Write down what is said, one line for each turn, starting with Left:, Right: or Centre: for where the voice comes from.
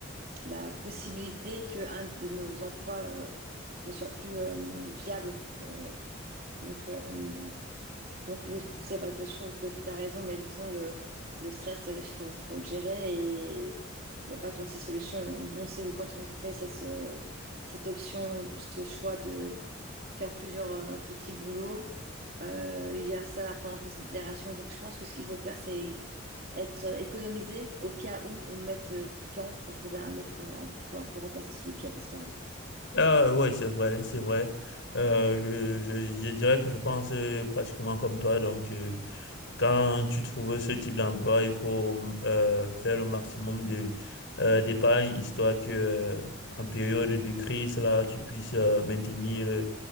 Right: la possibilité que un de nos emplois euh, ne soit plus euh, viable. Euh, donc, euh, donc oui, c'est vrai, bah, je trouve que tu as raison, mais de toute façon, le, le stress, euh, il faut, faut le gérer et il n'y a pas 36 solutions. On sait que quand on fait cette, euh, cette option, ce choix de faire plusieurs euh, petits boulots, euh, il y a ça à prendre en considération. Donc je pense que ce qu'il faut faire, c'est être économisé au cas où on mette euh, du temps pour trouver un autre emploi, pour remplacer celui qui a disparu.
Left: Ah, oui, c'est vrai, c'est vrai. Euh, je, je, je dirais que je pense euh, pratiquement comme toi. Donc, euh, quand tu trouves ce type d'emploi, il faut euh, faire le maximum de euh, d'épargne, histoire que euh, en période de crise, là, tu puisses euh, maintenir euh,